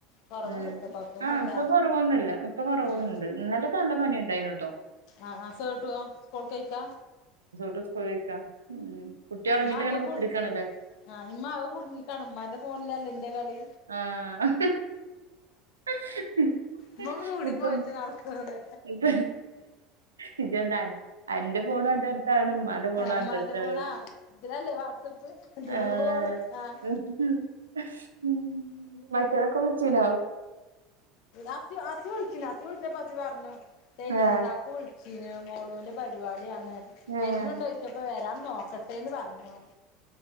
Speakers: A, on the left; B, on the right.
A: കൊറവുണ്ടത്ര
B: ഉം
A: കൊഴപ്പൊന്നുമില്ല
B: ആഹ ഇപ്പൊ കൊറവൊന്നുമല്ല ഇപ്പൊ കൊറവുണ്ട്
A: ഉം
B: ഇന്നലൊക്കെ നല്ല പനി ഉണ്ടായിന് ട്ടോ.
A: ആഹ ആ സേട്ടു സ്കൂൾ പൊയ്ക്കോ.
B: <unintelligible> ഉം കുട്ടി ഇറങ്ങിട്ട്
A: ഉമ്മാക്കൊക്കെ
B: ഇങ്ങനെ കുത്തിടുക്കണല്ലേ?
A: ആഹ് ഇമ്മ അത് കുടുങ്ങിക്കാണ് ഉമ്മാന്റെ ഫോണിലല്ലേ ഇന്റെ കളി
B: ആഹ <unintelligible>
A: ഉമ്മ മൂടി
B: ഇപ്പ
A: പോയിട്ട് നടക്ക്ണ്ട്
B: ഇപ്പ നിജന്ത <unintelligible> എന്റെ ഫോണും എററ അടുത്താണ്. ഉ്മാന്റെ ഫോണും
A: ഉമ്മാന്റെ
B: എറ റഅടുത്താണ്.
A: ഫോണാ ഇതിലല്ലേ വാട്സപ്പ് ഇതിന്ന്
B: ആഹ
A: കോള് ആഹ്
B: <unintelligible> ഉം മറ്റൊരൊക്കെ വിളിച്ചിനോ?
A: അ അസി ഉളിച്ചിന് അസി വിളിച്ചപ്പസി പറഞ്ഞു സൈനുദി
B: ആഹ്
A: കാക്ക വിളിച്ചിന്. മോളുവിന്റെ പരിപാടിയാണ്. വരുന്നുണ്ടോ
B: ഏഹ്
A: ചോയിചു പ്പോ വരാൻ നോക്കട്ടെന്ന് പറഞ്ഞു